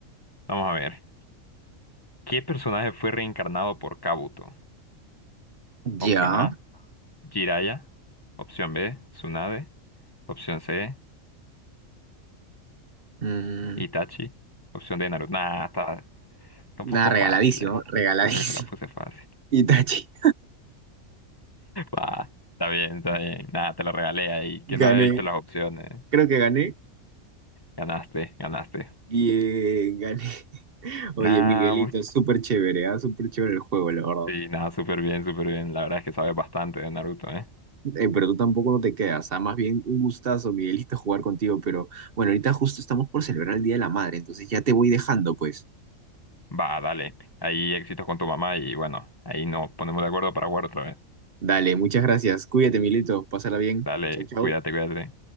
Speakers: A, on the left; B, on the right.
A: Vamos a ver. ¿Qué personaje fue reencarnado por Kabuto? Opción
B: Ya.
A: A, Jiraiya. Opción B, Tsunade. Opción C,
B: Mm,
A: Itachi. Opción D, Naruto. Nah, está, está
B: nada,
A: un poco
B: regaladísimo,
A: fácil, ¿eh?
B: regaladísimo.
A: Creo que te la puse fácil.
B: <laughs> Itachi,
A: Va, está bien, está bien. Nada, te lo regalé ahí, que
B: gané.
A: no había visto las opciones.
B: Creo que gané.
A: Ganaste, ganaste.
B: Bien, gané. <laughs> Oye,
A: Nada,
B: Miguelito,
A: bu-
B: súper chévere, ¿ah? Súper chévere el juego, la verdad.
A: sí, nada, súper bien, súper bien. La verdad es que sabes bastante de Naruto, ¿eh?
B: Eh, pero tú tampoco no te quedas, ¿ah? Más bien un gustazo, Miguelito, jugar contigo. Pero bueno, ahorita justo estamos por celebrar el Día de la Madre, entonces ya te voy dejando, pues.
A: Va, dale. Ahí éxitos con tu mamá y bueno, ahí nos ponemos de acuerdo para jugar otra vez.
B: Dale, muchas gracias. Cuídate, Milito. Pásala bien.
A: Dale,
B: Chau, chau.
A: cuídate, cuídate.